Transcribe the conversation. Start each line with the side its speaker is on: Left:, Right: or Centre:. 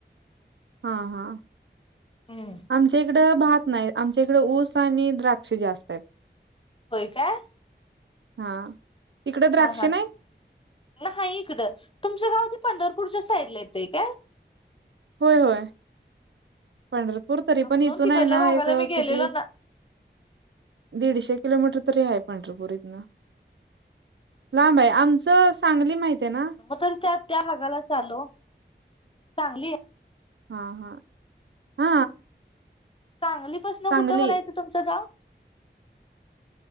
Right: हा हा आ
Left: हम्म.
Right: आमच्या इकडं भात नाहीत आमच्या इकडे ऊस आणि द्राक्ष जास्त आहेत.
Left: होय काय
Right: हा तिकड द्राक्ष
Left: हा हा
Right: नाही?
Left: नाही इकडं तुमचं गाव ते पंढरपूरच्या साईड ला येते काय?
Right: होय होय पंढरपूर तरी पण
Left: म्हणून
Right: इथून
Left: तिकडल्या
Right: आहे ना
Left: भागाला
Right: एक
Left: मी गेलेलो
Right: किती
Left: ना
Right: दीडशे किलोमीटर तरी आहे पंढरपूर इथनं लांब ये आमचं सांगली माहित आहे ना.
Left: मग तरी त्या त्या भागाला चालू चांगली आहे -
Right: हा हा हा
Left: चांगलीपसन
Right: सांगली
Left: कुठं म्हणायचं तुमचं गाव